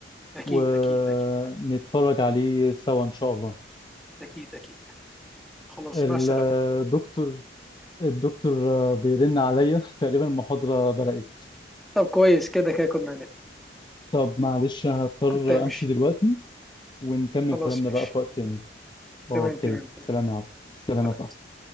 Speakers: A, in the centre; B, on the left.
A: اكيد
B: ونتفرج
A: اكيد اكيد
B: عليه سوا إن شاء الله
A: اكيد اكيد خلاص
B: الدكتور
A: مع السلامة
B: الدكتور بيرن عليا <laughs> تقريبا المحاضرة بدأت
A: طب كويس كده كده كنا هناك
B: طب معلش هضطر
A: كنت همشي
B: أمشي دلوقتي ونكمل
A: خلاص
B: كلامنا
A: ماشي
B: بقى في وقت تاني أوكي
A: تمام تمام تمام
B: سلام يا عبد سلام
A: سلام.
B: يا صاحبي